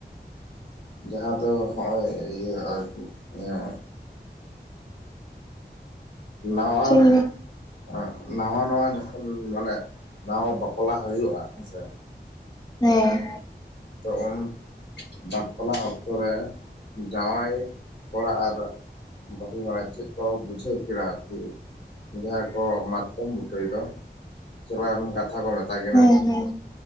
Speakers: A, on the left; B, on the left.
A: ᱡᱟᱸᱦᱟᱸ ᱫᱚ ᱦᱚᱜᱼᱚᱭ ᱤᱭᱟᱹ ᱟᱨᱠᱤ ᱤᱭᱟᱹ ᱱᱟᱣᱟ
B: ᱪᱮᱫ ᱤᱧ
A: ᱚᱜ ᱱᱟᱣᱟ ᱱᱟᱣᱟ ᱡᱚᱠᱷᱚᱱ ᱢᱟᱱᱮ ᱱᱟᱣᱟ ᱵᱟᱯᱞᱟ ᱦᱩᱭᱩᱜᱼᱟ ᱦᱮᱸᱥᱮ
B: ᱦᱮᱸ
A: ᱛᱚ ᱚᱱ ᱵᱟᱯᱞᱟ ᱠᱛᱚ ᱨᱮ ᱡᱟᱶᱟᱭ ᱠᱚᱲᱟ ᱟᱨ ᱵᱟᱦᱩ ᱵᱟᱲᱟ ᱪᱮᱫ ᱠᱚ ᱵᱩᱡᱷᱟᱹᱜ ᱠᱟᱱᱟ ᱟᱨᱠᱤ ᱡᱟᱦᱟᱸᱭ ᱠᱚ ᱢᱟᱛᱠᱚᱢ ᱵᱩᱴᱟᱹᱭ ᱫᱚ ᱪᱮᱫᱨᱮᱠᱟᱢ ᱠᱟᱛᱷᱟ ᱠᱚ ᱢᱮᱛᱟ ᱠᱤᱱᱟ
B: ᱦᱮᱸ ᱦᱮᱸ ᱦᱮᱸ